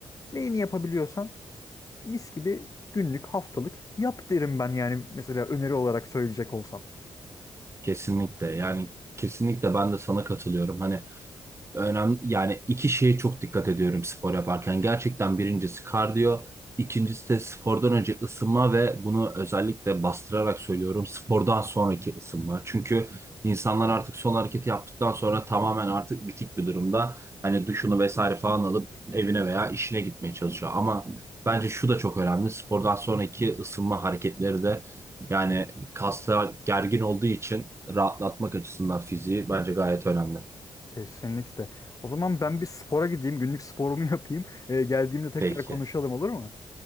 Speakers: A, on the left (about 35°); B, on the right (about 25°).
A: neyini yapabiliyorsan mis gibi günlük, haftalık yap derim ben yani mesela öneri olarak söyleyecek olsam.
B: Kesinlikle. Yani kesinlikle ben de sana katılıyorum. Hani Önemli yani iki şeye çok dikkat ediyorum spor yaparken. Gerçekten birincisi kardiyo, ikincisi de spordan önce ısınma ve bunu özellikle bastırarak söylüyorum spordan sonraki ısınma. Çünkü insanlar artık son hareketi yaptıktan sonra tamamen artık bitik bir durumda. Hani duşunu vesaire falan alıp evine veya işine gitmeye çalışıyor. Ama bence şu da çok önemli. Spordan sonraki ısınma hareketleri de yani kaslar gergin olduğu için rahatlatmak açısından fiziği bence gayet önemli.
A: Kesinlikle. O zaman ben bir spora gideyim, günlük sporumu <laughs> yapayım. E, geldiğimde tekrar
B: Peki.
A: konuşalım olur mu?